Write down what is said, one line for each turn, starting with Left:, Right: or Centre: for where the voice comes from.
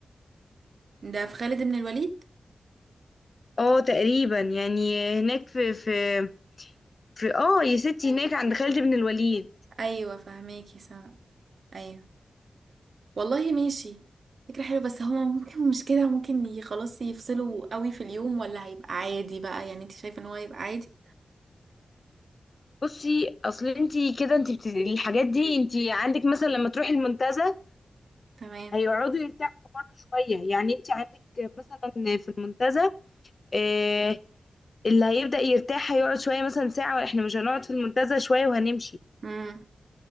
Right: ده في خالد بن الوليد
Left: اه تقريبا يعني هناك في في في اه يا ستي هناك عند خالد بن الوليد
Right: ايوه فهماكي سما ايوه والله ماشي فكرة حلوة بس هما ممكن مش كده ممكن ي- خلاص يفصلوا قوي في اليوم ولا هيبقى عادي بقى يعني انت شايفة ان هو هيبقى عادي
Left: بصي اصل انتي كده انتي بت... الحاجات دي انتي عندك مثلا لما تروحي المنتزه
Right: تمام
Left: هيقعدوا يرتاحوا برضه شويه يعني انتي عندك مثلا في المنتزه آه اللي هيبدأ يرتاح هيقعد شويه مثلا ساعه واحنا مش هنقعد في المنتزه شويه وهنمشي
Right: امم